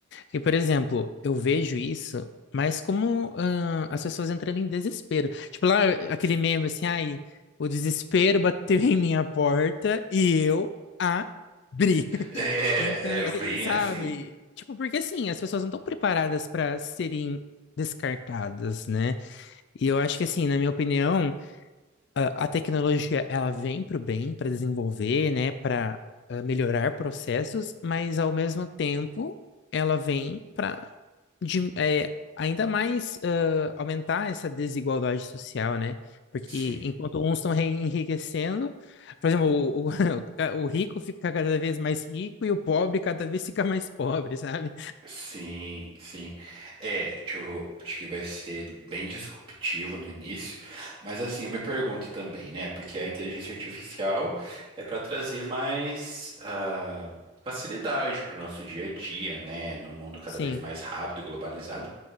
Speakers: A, on the left (about 55°); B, on the right (about 25°).
A: E, por exemplo, eu vejo isso, mas como ah, as pessoas entrando em desespero. Tipo, lá aquele meme assim, ai, o desespero bateu em minha porta e eu abri. <laughs>
B: É,
A: Então, eh,
B: é bem
A: sabe?
B: assim.
A: Tipo, porque assim, as pessoas não estão preparadas para serem descartadas, né? E eu acho que assim, na minha opinião, a, a tecnologia ela vem para o bem, para desenvolver, né, para melhorar processos, mas ao mesmo tempo ela vem para de, é, ainda mais ah, aumentar essa desigualdade social, né? Porque
B: Sim.
A: enquanto uns estão enriquecendo, por exemplo, o, o, <laughs> o rico fica cada vez mais rico e o pobre cada vez fica mais pobre, sabe?
B: Sim, sim. É, tipo, acho que vai ser bem disruptivo no início, mas assim, eu me pergunto também, né? Porque a inteligência artificial é para trazer mais ah, facilidade para o nosso dia a dia, né? Num mundo cada
A: Sim,
B: vez mais rápido e globalizado.